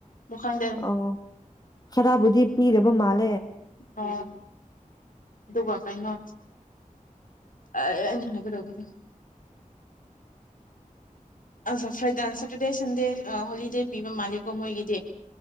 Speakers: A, on the left; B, on the left.
A: ꯃꯨꯈꯪꯗꯦ
B: ꯑꯣ ꯈꯔꯕꯨꯗꯤ ꯄꯤꯔꯕ ꯃꯥꯜꯂ
A: ꯑ ꯑꯗꯨꯒ ꯀꯩꯅꯣ <unintelligible> ꯑ ꯐ꯭ꯔꯥꯏꯗ ꯁꯦꯇꯔꯗꯦ ꯁꯟꯗꯦ ꯍꯣꯂꯤꯗꯦ ꯄꯤꯕ ꯃꯥꯜꯂꯦꯀꯣ ꯃꯣꯏꯒꯤꯗꯤ